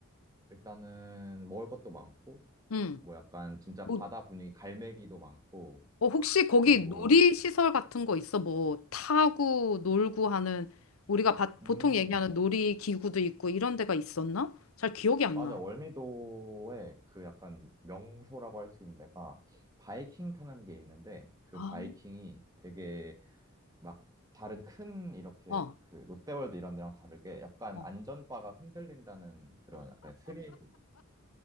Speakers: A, on the right (about 15°); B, on the left (about 85°).
A: 일단은 먹을 것도 많고
B: 응.
A: 뭐 약간 진짜
B: 뭐,
A: 바다 분위기 갈매기도 많고
B: 어, 혹시 거기
A: 그리고
B: 놀이시설 같은 거 있어? 뭐, 타고, 놀고 하는, 우리가 바-
A: 음
B: 보통 얘기하는 놀이기구도 있고, 이런 데가 있었나? 잘 기억이 안
A: 맞아
B: 나.
A: 월미도에 그 약간 명소라고 할 수 있는 데가 바이킹 타는 게 있는데 그
B: 아,
A: 바이킹이 되게 막 다른 큰 이렇게
B: 어,
A: 그 롯데월드 이런 데랑 다르게 약간
B: 어.
A: 안전바가 흔들린다는 그런 약간 스릴